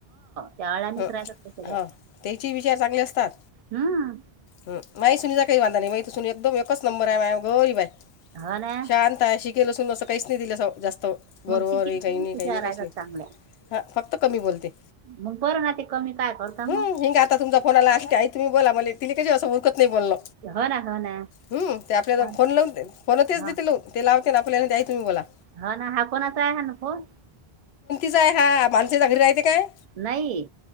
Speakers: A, on the right; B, on the left.
A: त्या अळानीच
B: ह
A: राहतात त्या सगळ्या
B: हा, त्याची विचार चांगले असतात.
A: हम्म
B: ह माही सुनीचा काही वांधा नाही. माय तर सुन एकदम एकच नंबर हाय, माय गरीब हाय.
A: हो ना
B: शांत काय शिकेल सु असं काहीच नाही दिलं जास्त. गरोर
A: मग चिकन
B: काही नाही
A: त्याच्या
B: काही नाही काहीच
A: राहतात
B: नई.
A: चांगल्या
B: हा, फक्त कमी बोलते.
A: मग बर ना, ते कमी काय करता
B: हं,
A: मग.
B: हिंग आता तुमचा फोन आला आई तुम्ही बोला म्हणली. तिनेकशी असं ओळखत नाही बोलल.
A: हो ना, हो ना.
B: हम्म ते आपल्याला
A: हा.
B: फोन लावून देते. पुन्हा तीच
A: हा
B: देेते लावून, ते लावते ना आपल्याला आई तुम्ही बोला.
A: हो ना. हा कोणाचा आहे हा ना फोन.
B: काय हा माणसे चांगले राहते काय?
A: नाही